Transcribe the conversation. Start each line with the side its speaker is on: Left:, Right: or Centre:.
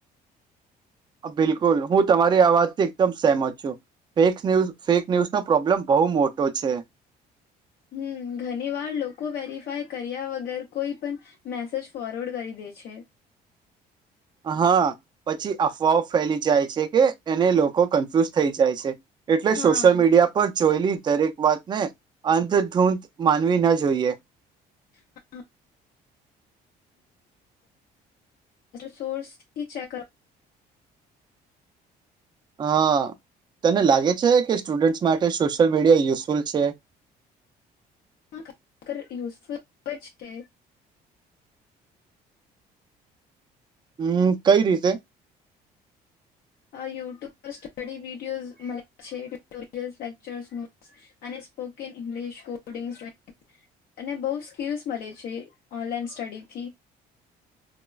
Right: બિલકુલ હું તમારી આ વાતથી એકદમ સહેમત છું. ફેકસ ન્યૂઝ ફેક ન્યૂઝ નો પ્રોબ્લેમ બહુ મોટો છે.
Left: હમ ઘણી વાર લોકો વેરીફાય કર્યા વગર કોઈ પણ મેસેજ ફોરવર્ડ કરી દે છે.
Right: હા પછી અફવાઓ ફેલી જાય છે કે એને લોકો કન્ફ્યુઝ થઈ જાય છે. એટલે
Left: હા
Right: સોશિયલ
Left: હા
Right: મીડિયા પર જોયલી દરેક વાતને અંધધૂંધ માનવી ના જોઈએ.
Left: હા. <inaudible> સોર્સથી ચેક
Right: હા તને લાગે છે કે સ્ટુડન્ટ્સ માટે સોશિયલ મીડિયા યુઝફુલ છે.
Left: ખરેખર યુઝફુલ પણ છે.
Right: હમ કઈ રીતે. <inaudible>
Left: આ યુટ્યુબ પર સ્ટડી વિડીયોઝ મળે છે ટ્યુટોરયલ લેક્ચર્સ <inaudible> અને સ્પોકન ઇંગ્લિશ કોડિંગસ <inaudible> અને બહુ સ્કિલ્સ મળે છે ઓનલાઈન સ્ટડીથી.